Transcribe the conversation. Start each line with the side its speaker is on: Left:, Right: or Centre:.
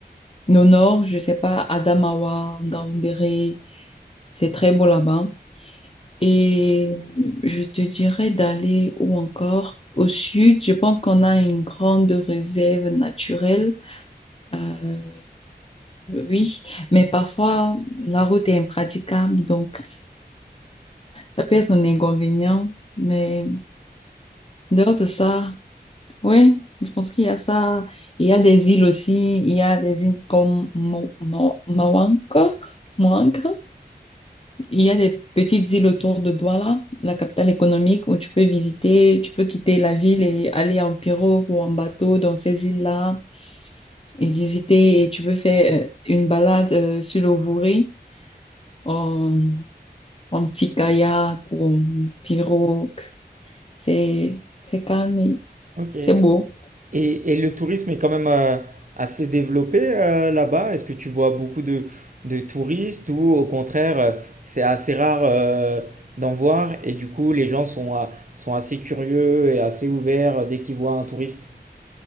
Left: Mais Au nord, je sais pas, Adamawa, Ngaoundéré, c'est très beau là-bas. Et je te dirais d'aller ou encore? Au sud, je pense qu'on a une grande réserve naturelle euh, oui, mais parfois la route est impraticable, donc ça peut être un inconvénient. Mais dehors de ça, oui, je pense qu'il y a ça. Il y a des îles aussi. Il y a des îles comme Mo- Mo- Moanca. Moanca. Il y a des petites îles autour de Douala, la capitale économique, où tu peux visiter, tu peux quitter la ville et aller en pirogue ou en bateau dans ces îles-là et visiter. Et tu peux faire euh, une balade euh, sur le Wouri. en, en petit kayak ou en pirogue. C'est très calme et
Right: Ok.
Left: c'est beau.
Right: Et, et le tourisme est quand même euh, assez développé euh, là-bas. Est-ce que tu vois beaucoup de, de touristes ou au contraire, euh, c'est assez rare euh, d'en voir et du coup, les gens sont, à- sont assez curieux et assez ouverts dès qu'ils voient un touriste?